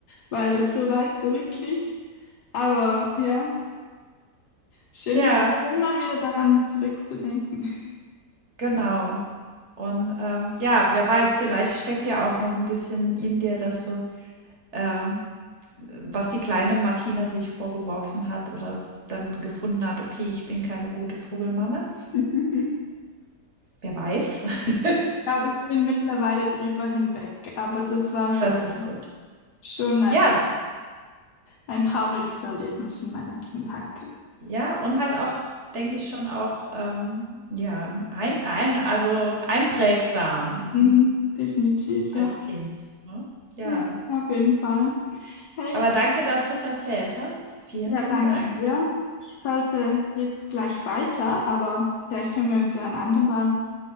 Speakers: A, on the left (about 75°); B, on the right (about 50°).
A: weil das so weit zurückliegt. Aber ja, schön
B: Ja,
A: mal, schön mal wieder daran zurückzudenken.
B: genau. Und, ähm, ja, wer weiß, vielleicht steckt ja auch noch ein bisschen in dir, dass du, ähm was die kleine Martina sich vorgeworfen hat oder s- dann gefunden hat, okay, ich bin keine gute Vogelmama.
A: <laughs>
B: Wer weiß, <laughs>
A: Ich glaube, ich bin mittlerweile drüber hinweg, aber das war schon,
B: das ist gut.
A: schon ein,
B: Ja,
A: ein trauriges Erlebnis in meiner Kindheit.
B: ja, und halt auch, denke ich schon auch, ähm, ja, ein, ein, also einprägsam
A: Mhm, definitiv,
B: als
A: ja.
B: Kind. Ne? Ja,
A: Ja, auf jeden Fall. Hey,
B: aber danke, dass du es erzählt hast. Vielen,
A: Ja,
B: vielen
A: danke
B: Dank.
A: dir. Ich sollte jetzt gleich weiter, aber vielleicht können wir uns ja ein andermal